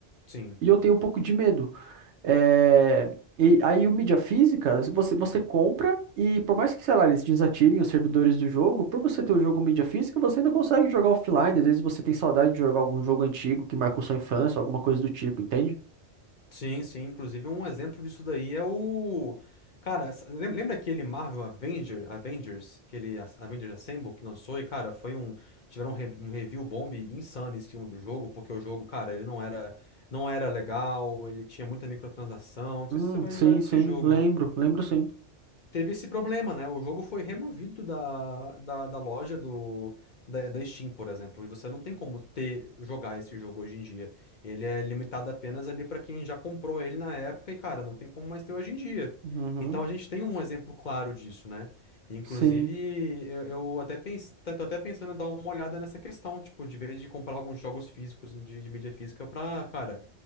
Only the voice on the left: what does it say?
Sim,
sim, sim. Inclusive, um exemplo disso daí é o. Cara, s- lem- lembra aquele Marvel Avenger, Avengers, aquele As- Avengers Assemble que lançou? E, cara, foi um. Tiveram um, re- um review bomb insano em cima do jogo, porque o jogo, cara, ele não era, não era legal, ele tinha muita microtransação. Não sei
se você vai
lembrar desse
jogo.
Teve esse problema, né? O jogo foi removido da, da, da loja do, da, da Steam, por exemplo. E você não tem como ter, jogar esse jogo hoje em dia. Ele é limitado apenas ali para quem já comprou ele na época e, cara, não tem como mais ter hoje em dia.
Então a gente tem um exemplo claro disso, né? Inclusive,
eu, eu até penso, tô até pensando em dar uma olhada nessa questão, tipo, de vez de comprar alguns jogos físicos de, de mídia física pra, cara,